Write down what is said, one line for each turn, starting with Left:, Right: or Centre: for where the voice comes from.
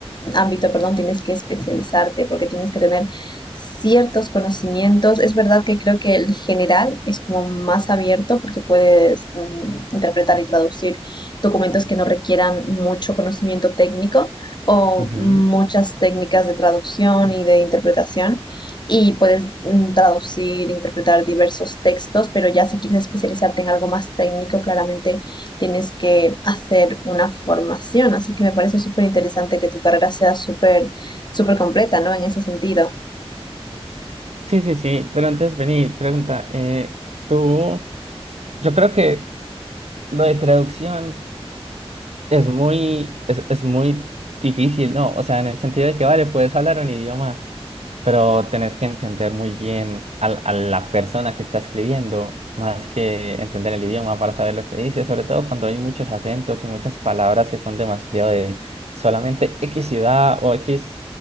Left: ámbito, perdón, tienes que especializarte porque tienes que tener ciertos conocimientos. Es verdad que creo que el general es como más abierto porque puedes mm, interpretar y traducir documentos que no requieran mucho conocimiento técnico o
Right: Ujú.
Left: muchas técnicas de traducción y de interpretación. Y puedes mm, traducir, interpretar diversos textos, pero ya si quieres especializarte en algo más técnico, claramente tienes que hacer una formación. Así que me parece súper interesante que tu carrera sea súper, súper completa, ¿no? En ese sentido.
Right: Sí, sí, sí, pero entonces vení, pregunta, eh, tú, yo creo que lo de traducción es muy, es, es muy difícil, ¿no? O sea, en el sentido de que, vale, puedes hablar un idioma. pero tenés que entender muy bien al- a, la persona que está escribiendo, más que entender el idioma para saber lo que dice, sobre todo cuando hay muchos acentos y muchas palabras que son demasiado de solamente X ciudad o X.